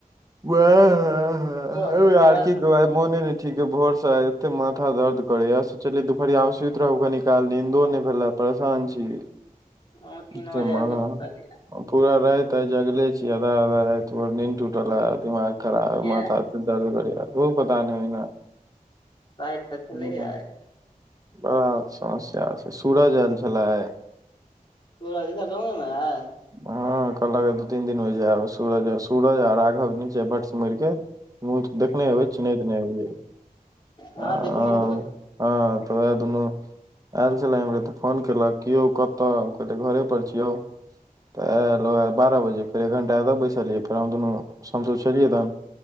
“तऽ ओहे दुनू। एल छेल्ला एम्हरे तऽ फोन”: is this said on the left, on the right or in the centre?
Right